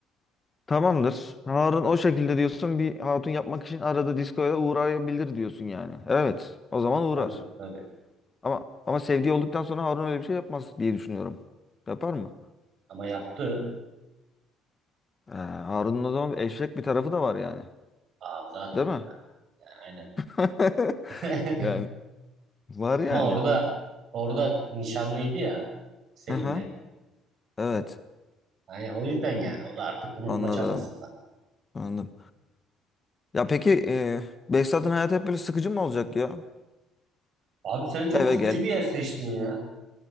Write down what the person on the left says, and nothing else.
Tamamdır. Harun o şekilde diyorsun bir hatun yapmak için arada diskoya da uğrayabilir diyorsun yani. Evet o zaman uğrar.
Ama ama sevdiği olduktan sonra Harun öyle bir şey yapmaz diye düşünüyorum. Yapar mı?
Ee, Harun'un o zaman eşek bir tarafı da var yani.
Değil mi?
<laughs>
Yani var yani.
Aha, evet
anladım.
Anladım. Ya peki e, Behzat'ın hayatı hep böyle sıkıcı mı olacak ya?
Eve
gel.